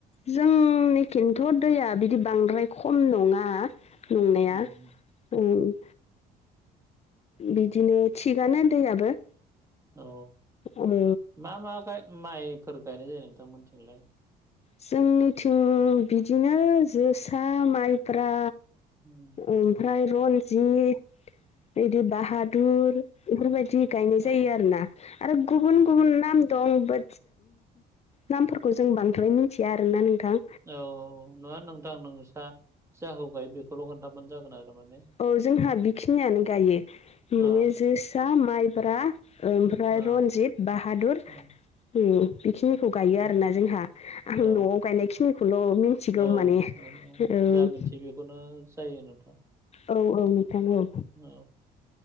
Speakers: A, on the left; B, on the right.
A: जोंनि खिन्थ' दैया बिदि बांद्राय खम नङा नंनाया
B: उम
A: औ बिदिनो थिगानो दैयाबो
B: अ
A: औ
B: मा मा माइफोर गायनाय जायो नोंथांमोनथिंलाय
A: जोंनिथिं बिदिनो जोसा माइब्रा
B: उम
A: ओमफ्राय रन्जित बिदि बाहादुर बेफोरबायदि गायनाय जायो
B: औ
A: आरो ना आरो गुबुन
B: उम
A: गुबुन नाम दं बा नामफोरखौ जों बांद्राय मिथिया आरोना नोंथां
B: औ औ नङा नोंथां नोंसा जाखौ गायो बेखौल' खोन्थाबानो जागोन आरो माने
A: औ औ जोंहा बेखिनियानो गायो
B: अ
A: माने जोसा माइब्रा ओमफ्राय
B: औ
A: रन्जित बाहादुर
B: औ
A: ओम बेखिनिखौ गायो
B: उम,
A: आरोना जोंहा आं
B: औ
A: न'आव गायनायखिनिखौल' मिथिगौ
B: औ
A: माने
B: औ
A: औ
B: जा मिथियो बेखौनो जायो नोंथां
A: औ-औ नोंथां औ
B: औ